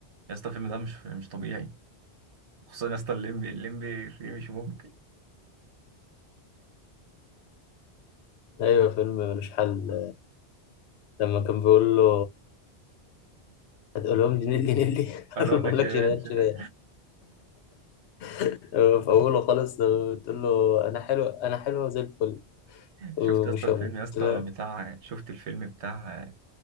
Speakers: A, on the right (about 80°); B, on the left (about 80°).
A: يا اسطى الفيلم ده مش مش طبيعي خصوصا يا اسطى الليمبي الليمبي فيه مش ممكن
B: أيوه فيلم ملوش حل لما كان بيقول له هتقول لهم جنيه جنيه لي
A: اقول
B: هقول <laughs> لهم
A: لك شيء
B: لك
A: يعني
B: شريان
A: شيء.
B: شريان <laughs> في أوله خالص لما بتقول له أنا حلو أنا حلوة زي الفل ومش
A: شفت يا اسطى الفيلم
B: هموت
A: يا اسطى
B: قلت له،
A: بتاع شفت الفيلم بتاع